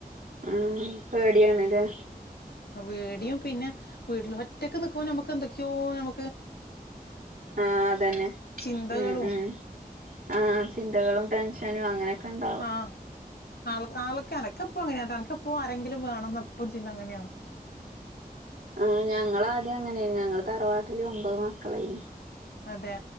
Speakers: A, on the right; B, on the left.
A: ആ പേടിയാണ്ല്ലേ
B: പേടിയും പിന്നെ വീട്ട്ല് ഒറ്റക്ക് നിക്കുമ്പോ നമക്ക് എന്തൊക്കെയോ നമ
A: ആഹ് അതന്നെ
B: ചിന്തകളും
A: ഉം ഉം ആഹ് ചിന്തകളും ടെൻഷനും അങ്ങനെ ക്കെണ്ടാവും
B: ആ ആൾ ആളൊക്കെ അനക്ക്പ്പങ്ങനെട്ടോ അനക്ക്പ്പോ ആരെങ്കിലും വേണംന്നപ്പം ചിന്ത അങ്ങനെയാണ്
A: ആ ഞങ്ങളാദ്യം അങ്ങനെയേനി ഞങ്ങള് തറവാട്ടില് ഒമ്പത് മക്കളൈനി
B: അതെ